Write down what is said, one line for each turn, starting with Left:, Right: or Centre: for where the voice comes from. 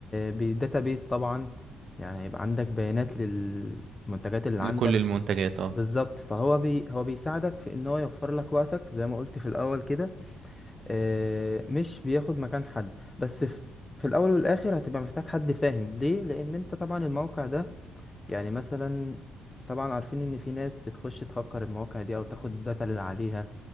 Left: بداتابيز طبعا يعني هيبقى عندك بيانات للمنتجات اللي
Right: لكل
Left: عندك
Right: المنتجات اه
Left: بالظبط فهو بي هو بيساعدك في ان هو يوفر لك وقتك زي ما قلت في الاول كده آه، مش بياخد مكان حد بس في في الاول والاخر هتبقى محتاج حد فاهم ليه لان انت طبعا الموقع ده يعني مثلا طبعا عارفين ان في ناس بتخش تهكر المواقع دي او تاخد الداتا اللي عليها